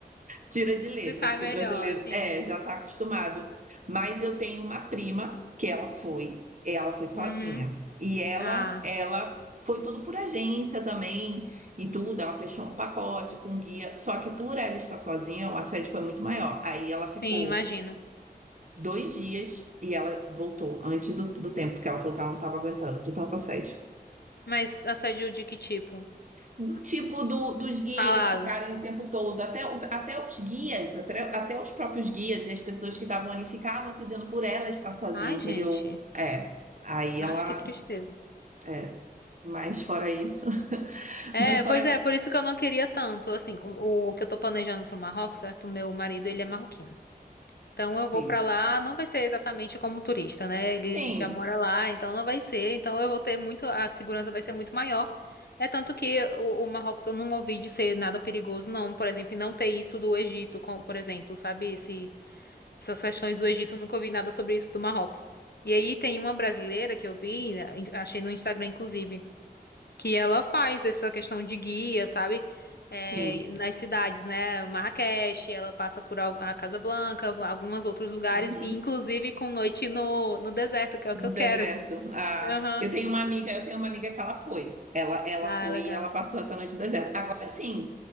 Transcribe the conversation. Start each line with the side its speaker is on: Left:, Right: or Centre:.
Right: Tira de letra,
Left: Se sai
Right: porque
Left: melhor,
Right: brasileiro
Left: sim,
Right: é, já está acostumado. Mas eu tenho uma prima que ela foi, ela foi sozinha.
Left: Uhum.
Right: E ela,
Left: Ah,
Right: ela foi tudo por agência também e tudo. Ela fechou um pacote com um guia. Só que por ela estar sozinha, o assédio foi muito maior. Aí ela ficou
Left: sim, imagino.
Right: dois dias e ela voltou antes do, do tempo, porque ela falou que ela não estava aguentando de tanto assédio.
Left: Mas assédio de que tipo?
Right: do tipo do- dos guias
Left: Fala.
Right: ficarem o tempo todo, até, o- até os guias, até, até os próprios guias e as pessoas que estavam ali ficavam assediando por ela estar sozinha,
Left: Ai,
Right: entendeu?
Left: gente.
Right: É, aí
Left: Acho
Right: ela,
Left: que tristeza.
Right: é, mas fora isso, <laughs>
Left: É,
Right: mas fora
Left: pois é,
Right: isso,
Left: por isso que eu não queria tanto. Assim, com- o que eu tô planejando pro Marrocos, certo? O meu marido, ele é marroquino. Então eu vou
Right: sim,
Left: pra lá, não vai ser exatamente como turista, né? Ele
Right: sim,
Left: já mora lá, então não vai ser. Então eu vou ter muito, a segurança vai ser muito maior. É tanto que o, o Marrocos eu não ouvi de ser nada perigoso, não. Por exemplo, e não ter isso do Egito, com- por exemplo, sabe? Esse, essas questões do Egito, eu nunca ouvi nada sobre isso do Marrocos. E aí tem uma brasileira que eu vi, né, em- achei no Instagram, inclusive. que ela faz essa questão de guia, sabe? É,
Right: sim,
Left: nas cidades, né? Marrakech, ela passa por al- a Casablanca, alguns outros lugares,
Right: uhum,
Left: e inclusive com noite no, no deserto, que é o
Right: no
Left: que eu quero.
Right: deserto. Ah,
Left: Aham.
Right: eu tenho uma amiga, eu tenho uma amiga que ela foi, ela, ela
Left: Ah,
Right: foi
Left: legal.
Right: e ela passou essa noite no deserto. Agora sim,